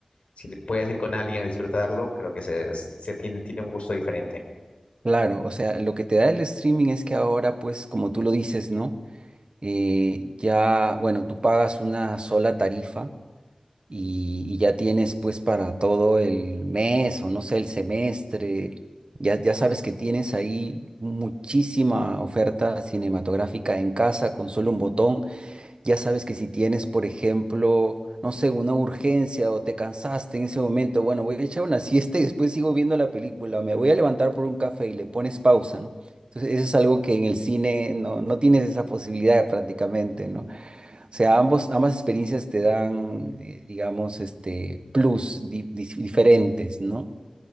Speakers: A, on the left; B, on the right.
A: si le puedes ir con alguien a disfrutarlo, creo que se, se tiene, tiene un gusto diferente.
B: Claro, o sea, lo que te da el streaming es que ahora, pues, como tú lo dices, ¿no? Eh, ya, bueno, tú pagas una sola tarifa y, y ya tienes, pues, para todo el mes o no sé, el semestre. Ya, ya sabes que tienes ahí muchísima oferta cinematográfica en casa con solo un botón. Ya sabes que si tienes, por ejemplo, no sé, una urgencia o te cansaste en ese momento, bueno, voy a echar una siesta y después sigo viendo la película, me voy a levantar por un café y le pones pausa, ¿no? Entonces, eso es algo que en el cine no, no tienes esa posibilidad prácticamente, ¿no? O sea, ambos, ambas experiencias te dan, eh, digamos, este, plus di- di- diferentes, ¿no?